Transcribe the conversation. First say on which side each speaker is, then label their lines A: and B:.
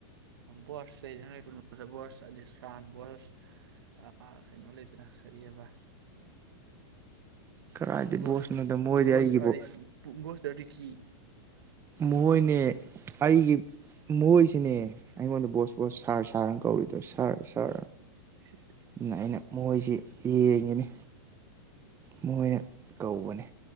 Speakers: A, on the right (about 65°); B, on the right (about 20°).
A: ꯕꯣꯁ ꯂꯩꯣꯏ ꯕꯁ ꯑꯁ ꯆꯥꯟ ꯕꯣꯔꯁ ꯀꯩꯅꯣ ꯂꯩꯇꯅ ꯀꯔꯤꯑꯕ
B: ꯀꯔꯥꯏꯗꯤ
A: ꯕꯣꯁ
B: ꯕꯣꯁꯅꯣꯗ ꯃꯣꯏꯗꯤ
A: ꯕꯣꯁ
B: ꯑꯩꯒꯤꯕꯨꯣ
A: ꯑꯔꯤꯐ ꯕꯣꯁ ꯗꯔꯗꯤꯀꯤ
B: ꯃꯣꯏꯅꯦ ꯑꯩꯒꯤ ꯃꯣꯏꯁꯤꯅꯦ ꯑꯩꯉꯣꯟꯗ ꯕꯣꯁ ꯕꯣꯁ ꯁꯥꯔ ꯁꯥꯔꯅ ꯀꯧꯔꯤꯗꯣ ꯁꯥꯔ ꯁꯥꯥꯔ
A: <unintelligible>
B: ꯑꯗꯨꯅ ꯑꯩꯅ ꯃꯈꯣꯏꯁꯤ ꯌꯦꯡꯉꯤꯅꯤ ꯃꯣꯏꯅ ꯀꯧꯕꯅꯤ